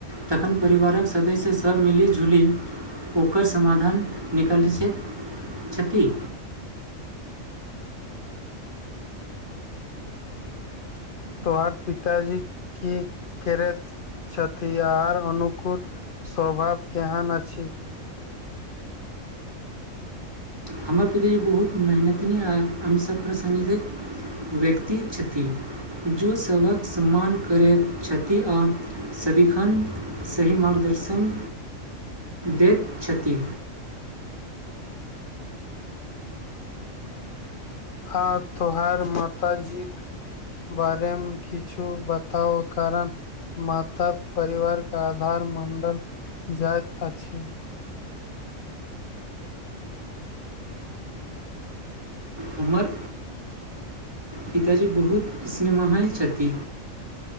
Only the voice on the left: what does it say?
तोहर पिताजी की करैत छथि आओर हुनकर स्वभाव केहन अछि
आ तोहार माताजीक बारेमे किछु बताउ आ कारण माता परिवार केँ आधार मानल जाइत अछि